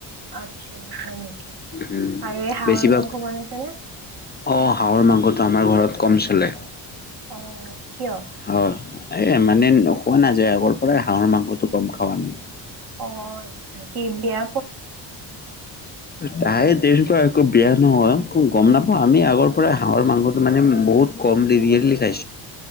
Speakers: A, on the right; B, on the left.
A: আচ্ছা, হয় নেকি।
B: উম
A: আৰু এই হাহৰ
B: বেছিভাগ
A: মাংস বনাইছ নে।
B: অ' হাঁহৰ মাংসটো আমাৰ ঘৰত কম চলে।
A: অ' কিয়
B: হয় এ মানে নোখোৱা নাযায়, আগৰ পৰাই হাঁহৰ মাংসটো কম খাওঁ আমি।
A: অ' আচ্ছা কি বিয়া।
B: তায় দিন একো বেয়া নহয় গ'ম নাপাওঁ, আমি আগৰ পৰাই হাঁহৰ মাংসটো মানে বহুত কম ৰিইলি খাই।